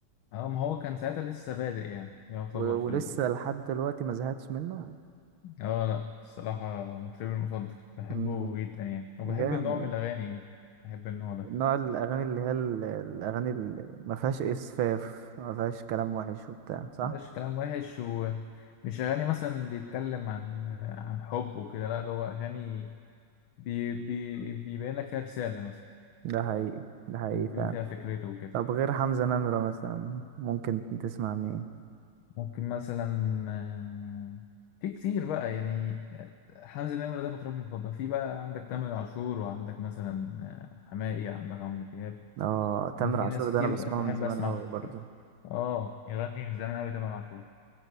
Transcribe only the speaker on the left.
اه ما هو كان ساعتها لسه بادئ يعني يعتبر
في
ال...
اه لا الصراحه مطربي المفضل بحبه
جدا يعني وبحب
النوع من الاغاني دي بحب النوع ده
مش كلام وحش ومش أغاني مثلا بيتكلم عن عن حب وكده لا ده هو أغاني بي بي بيبين لك فيها رسالة مثلا
أو بيقول
فيها فكرته وكده
ممكن مثلا آه، في كتير بقى يعني حمزة نمرة ده مطرب مفضل في بقى عندك تامر عاشور وعندك مثلا آه، حماقي عندك عمرو دياب
عندك في
ناس كتير
ب- بحب
أسمعها
اه يغني من زمان أوي تامر عاشور